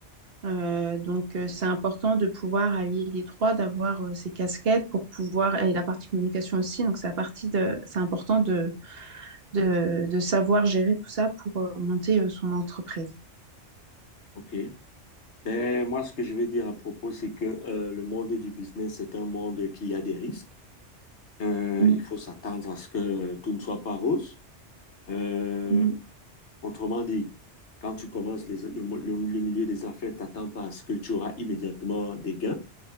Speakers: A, on the right (about 55°); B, on the left (about 70°).
A: Euh, donc, euh, c'est important de pouvoir allier les trois, d'avoir euh, ces casquettes pour pouvoir, et la partie communication aussi. Donc, c'est la partie de, c'est important de, de, de savoir gérer tout ça pour euh, monter euh, son entreprise.
B: OK. Ben, moi, ce que je vais dire à propos, c'est que euh, le monde du business, c'est un monde qui a des risques. Euh,
A: Mm,
B: il faut s'attendre à ce que euh, tout ne soit pas rose. Euh,
A: Oui,
B: Autrement dit, quand tu commences les- le, le- le milieu des affaires, t'attends pas à ce que tu auras immédiatement des gains.